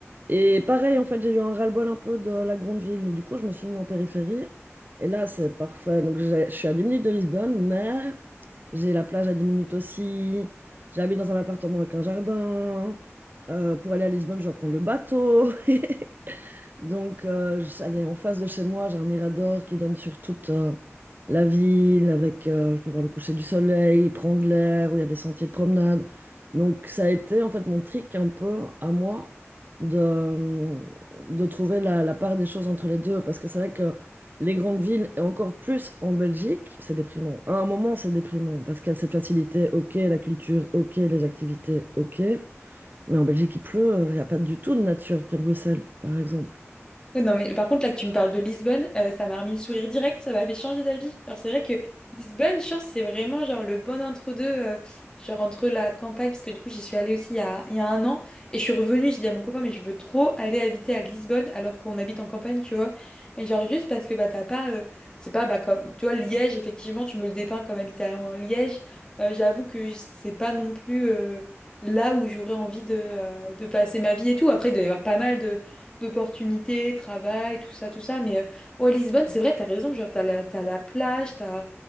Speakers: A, on the right; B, on the left.
A: Et pareil, en fait, j'ai eu un ras-le-bol un peu de la grande ville et du coup je me suis mis en périphérie. Et là c'est parfait. Donc j'ai- je suis à 10 minutes de Lisbonne, mais j'ai la plage à 10 minutes aussi. J'habite dans un appartement avec un jardin. Euh, pour aller à Lisbonne, je dois prendre le bateau. <laughs> Donc, euh, je- allez, en face de chez moi, j'ai un mirador qui donne sur toute euh, la ville, avec, euh, je peux voir le coucher du soleil, prendre l'air, où il y a des sentiers de promenade. Donc, ça a été en fait mon trick un peu à moi de, de trouver la, la part des choses entre les deux, parce que c'est vrai que les grandes villes, et encore plus en Belgique, c'est déprimant. À un moment, c'est déprimant, parce qu'il y a cette facilité, ok, la culture, ok, les activités, ok. Mais en Belgique, il pleut, il n'y a pas du tout de nature près de Bruxelles, par exemple.
B: Ouais, non, mais par contre, là que tu me parles de Lisbonne, euh, ça m'a remis le sourire direct, ça m'a fait changer d'avis. Alors, c'est vrai que Lisbonne, je c'est vraiment genre le bon entre-deux, euh, genre entre la campagne, parce que du coup, j'y suis allée aussi il y a, il y a un an, et je suis revenue, j'ai dit à mon copain, mais je veux trop aller habiter à Lisbonne alors qu'on habite en campagne, tu vois. Et genre, juste parce que bah, t'as pas, euh, c'est pas bah, comme, tu vois, Liège, effectivement, tu me le dépeins comme habiter à- en Liège. Euh, j'avoue que c'est pas non plus euh, là où j'aurais envie de, euh, de passer ma vie et tout. Après, il doit y avoir pas mal de d'opportunités, travail, tout ça, tout ça. Mais euh, ouais, Lisbonne, c'est vrai, t'as raison, genre, t'as la, t'as la plage, t'as,